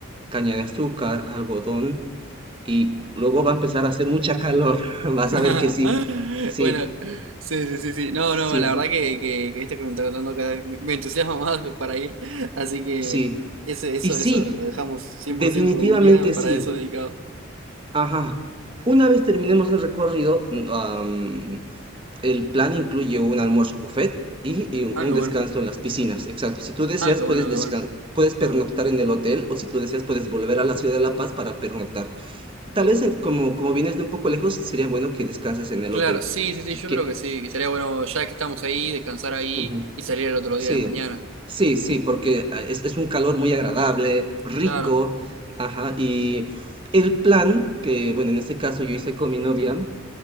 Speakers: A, on the right (about 25°); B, on the right (about 85°).
A: caña de azúcar, algodón, y luego va a empezar a hacer mucha calor. <laughs> Vas
B: <laughs>
A: a ver que sí, sí,
B: Bueno, sí, sí, sí, sí. No,
A: sí,
B: no, la verdad que, que, que esto que me está contando cada vez me, me entusiasma <laughs> más para ir. Así que
A: sí.
B: ese, eso,
A: Y sí,
B: eso lo dejamos cien
A: definitivamente
B: por ciento un día para
A: sí.
B: eso dedicado.
A: Ajá. Una vez terminemos el recorrido, mm, am, El plan incluye un almuerzo buffet y, y un
B: Ah, qué bueno.
A: descanso en las piscinas. Exacto. Si tú deseas,
B: Ah, qué bueno,
A: puedes
B: qué
A: desca-
B: bueno.
A: puedes pernoctar en el hotel o si tú deseas, puedes volver a la ciudad de La Paz para pernoctar. Tal vez, en- como, como vienes de un poco lejos, sería bueno que descanses en el
B: Claro,
A: hotel.
B: sí, sí, sí,
A: Que,
B: yo
A: que-
B: creo que sí, que sería bueno ya que estamos ahí, descansar ahí
A: ujú,
B: y salir el otro día
A: Sí,
B: de mañana.
A: sí, sí, porque ah, es, es un calor muy agradable, rico.
B: Claro.
A: Ajá. Y el plan que, bueno, en este caso yo hice con mi novia,